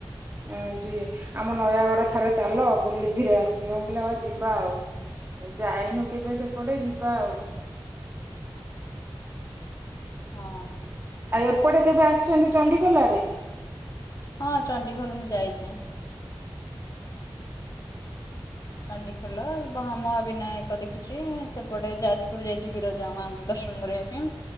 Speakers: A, on the right; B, on the left.
A: ହଉଚି ଆମ ନୟାଗଡ ଥରେ ଚାଲ। ବୁଲିକିରି ଆସିବ, ମୁଁ କହିଲି ହ ଯିବା ଆଉ ଯାଇନୁ କେବେ ସେପଟେ ଯିବା ଆଉ।
B: ହଁ।
A: ଆଉ ଏପଟେ କେବେ ଆସିଛନ୍ତି ଚଣ୍ଡିଖୋଲ ଆଡ଼େ?
B: ହଁ ଚଣ୍ଡିଖୋଲ ମୁଁ ଯାଇଚି। ଚଣ୍ଡିଖୋଲ, ମହାବିନାୟକ ଦେଖିଛି। ସେପଟେ ଯାଜପୁର ଯାଇଛି ବିରଜା ମାଙ୍କୁ ଦର୍ଶନ କରିବା ପାଇଁ।